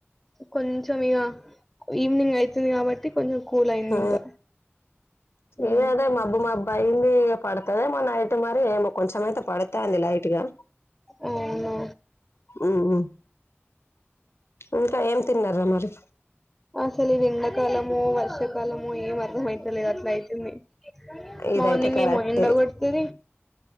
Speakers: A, in the centre; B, on the left (about 65°).
A: కొంచెం ఇగ ఈవినింగ్ అయితుంది కాబట్టి కొంచెం కూల్ అయింది
B: ఆ
A: ఇంకా ఉమ్
B: ఏదాదే మబ్బు మాబ్బ బైంది పడుతదేమో నైట్ రే మో కొంచెమైతే పడత తంది లైట్ గా
A: అవునా
B: ఉమ్ ఇంకా ఏం తిన్నర మరి
A: ఆసలు ఇది ఎండ కాలమో వర్ష కాలం మో ఏం అర్థం అయితలేదు అట్లా అయితుంది
B: ఇదైతే
A: మార్నింగ్
B: కరెక్టే
A: ఏమో ఎండ కొడుతది